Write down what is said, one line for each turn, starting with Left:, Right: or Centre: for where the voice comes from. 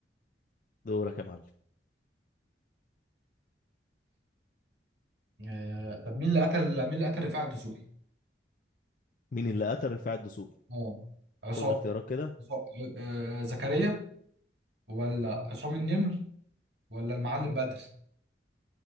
Left: دورك يا معلم
Right: آه طب مين اللي قتل مين اللي قتل رفاعة الدسوقي؟
Left: مين اللي قتل رفاعي الدسوقي
Right: اه عصام
Left: قول لي اختيارات كده
Right: عصام- آه، زكريا ولا عصام النمر ولا المعلم بدر؟